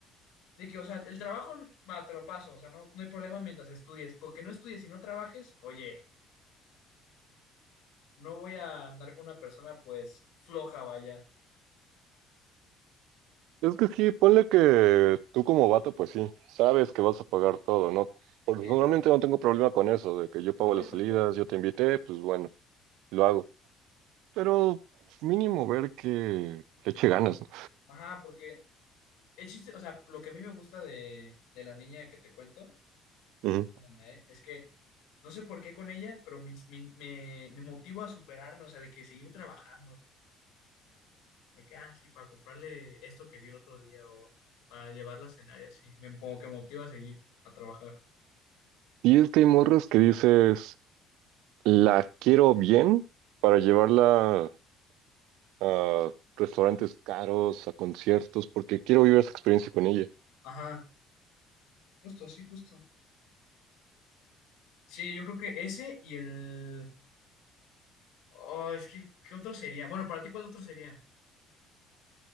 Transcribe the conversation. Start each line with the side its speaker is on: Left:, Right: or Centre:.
Left: De que, o sea, el trabajo, va, te lo paso, o sea, no, no hay problema mientras estudies, porque no estudies y no trabajes, oye, no voy a andar con una persona, pues, floja, vaya.
Right: Es que sí, ponle que tú como vato, pues sí, sabes que vas a pagar todo, ¿no? Porque
Left: Sí,
Right: normalmente
Left: pero,
Right: no tengo problema con eso, de que yo pago
Left: no,
Right: las
Left: yo tampoco.
Right: salidas, yo te invité, pues bueno, lo hago. Pero pues, mínimo ver que le eche ganas, ¿no?
Left: Ajá, porque el chiste, o sea, lo que a mí me gusta de, de la niña que te cuento,
Right: Ujú.
Left: esta Danae, es que no sé por qué con ella, pero me, me, me, me motivo a superarme, o sea, de que seguir trabajando. De que, ah, sí, para comprarle esto que vi el otro día o para llevarla a cenar y así. Me, como que motiva a seguir a trabajar.
Right: Y es que hay morras que dices, la quiero bien para llevarla a restaurantes caros, a conciertos, porque quiero vivir esa experiencia con ella.
Left: Ajá, justo, sí, justo. Sí, yo creo que ese y el... Oh, es que, ¿qué otro sería? Bueno, para ti, ¿cuál otro sería?